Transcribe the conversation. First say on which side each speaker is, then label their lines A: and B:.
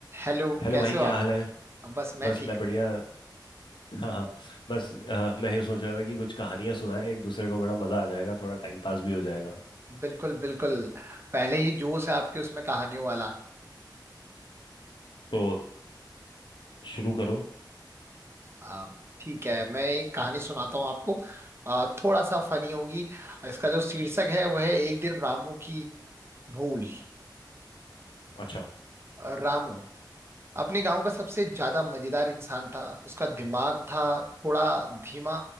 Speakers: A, on the right; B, on the left.
A: Hello
B: Hello
A: कैसे
B: भाई क्या
A: हो आप
B: हाल है
A: अब बस मैं
B: बस
A: ठीक
B: मैं बढ़िया हाँ हाँ बस अ, मैं ये सोच रहा था कि कुछ कहानियां सुनाएं एक दूसरे को बड़ा मजा आ जाएगा थोड़ा टाइम पास भी हो जाएगा
A: बिल्कुल बिल्कुल पहले ही जोश है आपके उसमें कहानियों वाला
B: तो शुरू करो
A: आ, ठीक है मैं एक कहानी सुनाता हूँ आपको आ, थोड़ा सा फनी होगी इसका जो शीर्षक है वह है एक दिन रामू की भूल
B: अच्छा
A: आ, रामू अपने गांव का सबसे ज्यादा मजेदार इंसान था उसका दिमाग था थोड़ा धीमा